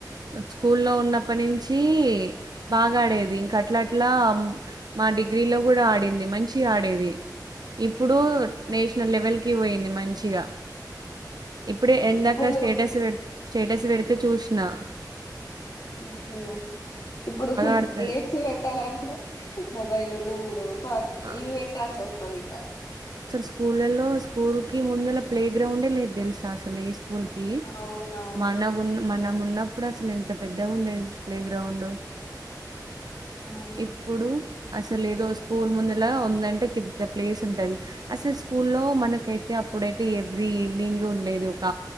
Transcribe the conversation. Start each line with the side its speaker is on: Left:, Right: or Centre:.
Right: స్కూల్లో ఉన్నప్పటి నుంచీ బాగా ఆడేది, ఇంక అట్లా అట్లా మా డిగ్రీలో కూడా ఆడింది మంచిగా ఆడేది. ఇప్పుడూ నేషనల్ లెవెల్కి పోయింది మంచిగా. ఇప్పుడే ఎందాక
Left: ఇప్పుడు
Right: స్టేటస్ పెడుత్ స్టేటస్ పెడితే చూశినా.
Left: ఓకే ఇప్పుడు
Right: ఆడుతది
Left: గేమ్స్ పెట్టాలం టే. మొబైల్లోలు కొడ్ పబ్జీ
Right: ఆ,
Left: ఇవ్వి పెట్టాల్సివస్తది ఇంగా
Right: స్కూల్లలో స్కూల్ కి ముందుల ప్లే గ్రౌండ్ ఏ లేద్ తెలుసా అసలు ఏ స్కూ స్కూల్ కీ
Left: అవునవును
Right: మాన్నగున్న మనం ఉన్నప్పుడు అసలు ఎంత పెద్దగా ఉండేది ప్లే గ్రౌండు.
Left: అవును
Right: ఇప్పుడూ. అసలు ఏదో స్కూల్ ముందులా ఉందంటే కిద్ద ప్లేస్ ఉంటది అసలు స్కూ లో మనకైతే అప్పుడైతే ఎవ్రీ ఈవనింగ్ ఉండేది ఒక